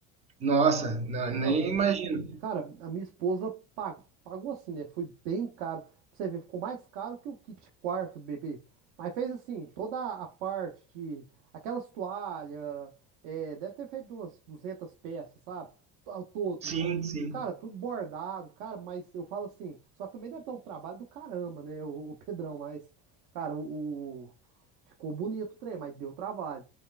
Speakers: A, on the right; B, on the right.
A: Nossa, na-
B: Não,
A: nem imagino.
B: Cara, a minha esposa pagou, pagou assim, né? Foi bem caro. Pra você ver, ficou mais caro que o kit quarto do bebê. Mas fez assim, toda a parte de aquelas toalhas, é, deve ter feito umas 200 peças, sabe? Ao todo.
A: Sim, sim.
B: Cara, tudo bordado, cara, mas eu falo assim, só que também deve dar um trabalho do caramba, né? O, o Pedrão, mas, cara, o, o- ficou bonito o trem, mas deu trabalho.